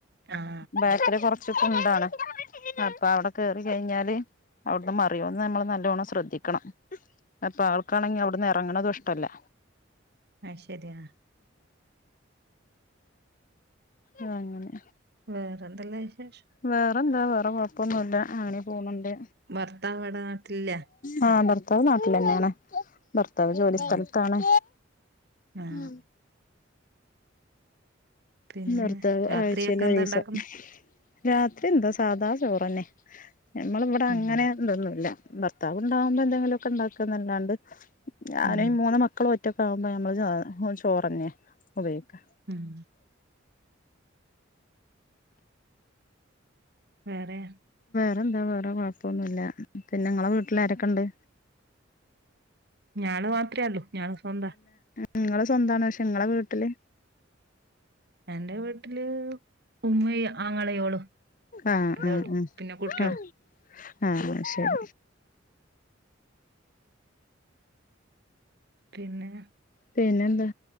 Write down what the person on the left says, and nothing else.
ബാറ്ററി കൊറച്ച് <inaudible> അ അപ്പൊ അവിടെ കയറി കഴിഞ്ഞാല് അവിടുന്ന് മറിയോന്ന് നമ്മള് നല്ലോണം ശ്രദ്ധിക്കണം അപ്പൊ അവൾക്കാണെങ്കി അവിടുന്ന് എറങ്ങണതും ഇഷ് ട്ടല
ആ അങ്ങനെ
വഹ <unintelligible> അവിടെ കൊഴപ്പൊന്നുല്ല ആനെ പോന്നു
ആ ത്താവ് നാട്ടിലാ ഞാനാ ഭർത്താവ് ജോലി
സ്ഥലത്താണ്
മ്
നിർത്താവ്
ആഴ്ചയില്
ഒരീസം
രാത്രി എന്താ സാധാ ചോറന്നെ നമ്മളിവിടെ
അങ്ങനെ ഇതൊന്നു ഇല്ല ഭർത്താവ് ഉണ്ടാകുമ്പോ എന്തെങ്കിലു ഒക്കെ ഉണ്ടാക്കുന്നല്ലാണ്ട് ഞാന്
മൂന്ന് മക്കളും ഒ റ്റക്ക് ആവുമ്പോ നമ്മള് ചോറ് ചോറന്നെയാ ഉപയോഗിക്കാ
അതെന്താ വേറെ കൊഴപ്പൊന്നുവില്ല പിന്നെ നിങ്ങളെ വീട്ടിലാരൊക്കെ ഉണ്ട്
നിങ്ങള് സ്വന്താണ് ശ് നിങ്ങളെ വീട്ടില്
ആഹ്
ആഹ്
ആഹ് ആഹ് ആഹ് ശരി
പിന്നെന്താ